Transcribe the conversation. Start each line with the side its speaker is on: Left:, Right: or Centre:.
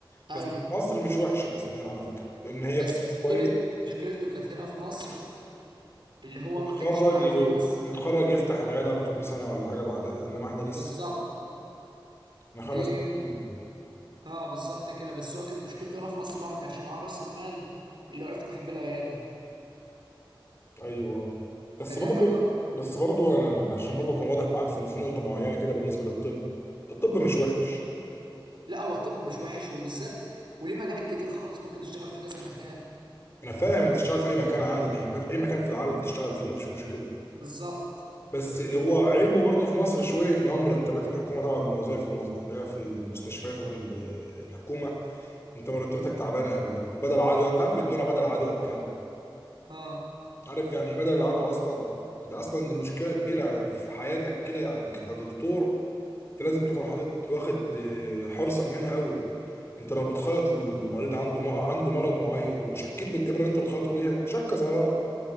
Right: أيوه
Left: بس مصر مش وحشه الاسنان على فكره لان هي
Right: بس
Left: بسبب
Right: مشكلة
Left: كويس
Right: مشكلته كانت هنا في مصر اللي هو
Left: يتخرج
Right: ما كانش معاه فلوس
Left: يتخرج يفتح العياده على طول بسنه ولا حاجه بعدها انما احنا لسه
Right: بالظبط
Left: احنا خمس
Right: دي م...
Left: سنين
Right: اه بالظبط كده بس هو كانت مشكلته هنا في مصر ان هو ما كانش معاه راس المال اللي هو يفتح بيه العياده
Left: ايوه بس
Right: فدي
Left: برضو
Right: حاجه
Left: بس برضو انا يعني عشان برضو اكون واضح معاك في في نقطه معينه كده بالنسبه للطب الطب مش وحش
Right: لا هو الطب مش وحش وبالذات وليه مجالات كتير خالص ممكن تشتغل في كذا مكان
Left: انا فاهم انت تشتغل في اي مكان عادي ما يهمك اي مكان في العالم تشتغل فيه مفيش مشكله
Right: بالظبط
Left: بس هو عيبه برضه في مصر شويه ان هو مرتبات الحكومه طبعا من الوظائف المص- اللي هي في المستشفيات ال- الحكومه انت مرتباتك تعبانه قوي وبدل عدوى انت عارف بيدونا بدل عدوى بكام؟
Right: اه
Left: عارف يعني ايه بدل العدوى اصلا؟ ده اصلا دي مشكله كبيره يعني في حياتك كده يعني كدكتور انت لازم تكون حاطط واخد آه، حرصك منها قوي انت لو بتخيط المريض عنده م- عنده مرض معين وتشكيت بالابره اللي انت بتخيطه بيها شكه صغيره